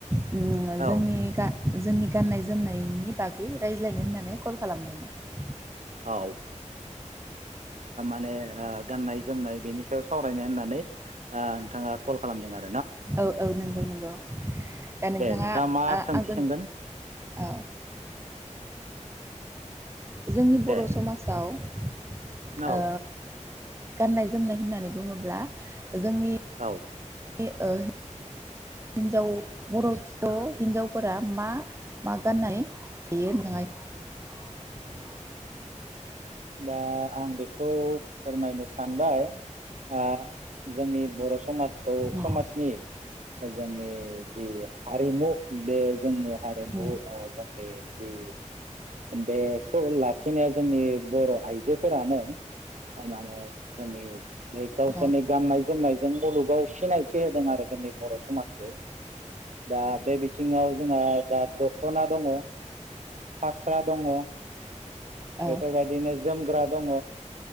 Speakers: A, on the right (about 20°); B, on the right (about 70°).
A: जोंङो
B: औ
A: जोंनि गा जोंनि गाननाय जोमनायनि बागै रायज्लायनो होननानै कल खालामदोंमोन।
B: औ ने आ गाननाय जोमनाय बेनि सायाव सावरायनो होननानै आ नोंथाङा कल खालामदों आर
A: औ औ नंगौ नंगौ दा नोंथाङा
B: दे मा
A: आ-आंजों
B: सोंथि सोंगोन
A: औ जोंनि बर
B: दे
A: समाजाव ओ
B: औ
A: गाननाय जोमनाय होननानै बुङोब्ला जोंनि
B: औ
A: <unintelligible> हिनजाव बर हिन्जावफोरा मा मा गाननाय <unintelligible>
B: दा आं बेखौ फोरमायनो सानबाय आ जोंनि बर समाजखौ
A: उम
B: समाजनि जोंनि जि हारिमु बे जोंनिया हारिमु
A: उम
B: ओ जोंनि जि बेखौ लाखिनाया जोंनि बर' आइजोफोरानो माने जोंनि ए गावसिनि
A: अ
B: गाननाय जो जोमनायजों मुलुगाव सिनायथि होदों आरो जोंनि बर' समाजखो, दा बे बिथिङाव जोंहा दा दखना दङ फास्रा दङ।
A: औ
B: बेफोरबायदिनो जोमग्रा दङ